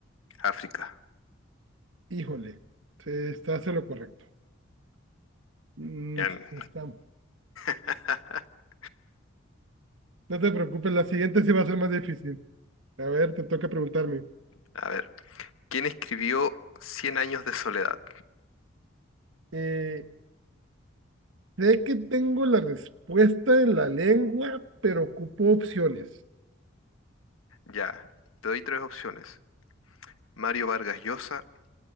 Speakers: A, on the left (about 80°); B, on the right (about 70°).
A: África.
B: Híjole, se- estás en lo correcto. Mm,
A: Bien.
B: estamos.
A: <laughs>
B: No te preocupes, la siguiente sí va a ser más difícil. A ver, te toca preguntarme.
A: A ver. ¿Quién escribió Cien años de soledad?
B: Eh, sé que tengo la respuesta en la lengua, pero ocupo opciones.
A: Ya, te doy tres opciones. Mario Vargas Llosa,